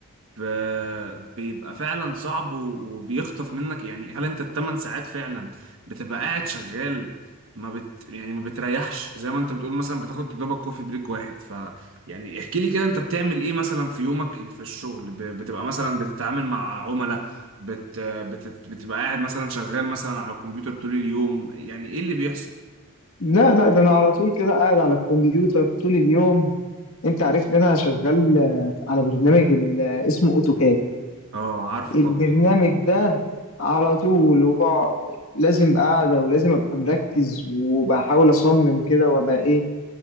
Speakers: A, on the right (about 65°); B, on the left (about 80°).
A: ب- بيبقى فعلا صعب و- وبيخطف منك يعني هل انت الثمان ساعات فعلا بتبقى قاعد شغال ما بت يعني ما بتريحش زي ما انت بتقول مثلا بتاخد دوبك كوفي بريك واحد ف يعني احكي لي كده انت بتعمل ايه مثلا في يومك في الشغل ب- بتبقى مثلا بتتعامل مع عملاء بت... بت... بتبقى قاعد مثلا شغال مثلا على الكمبيوتر طول اليوم يعني ايه اللي بيحصل
B: لا لا ده انا على طول كده قاعد على الكمبيوتر طول اليوم انت عارف ان انا شغال آه، على برنامج ال- آه، اسمه اوتوكاد
A: اه عارفه
B: البرنامج
A: طبعا
B: ده على طول وبقعد لازم قاعدة ولازم أبقى مركز وبحاول أصمم كده وأبقى إيه,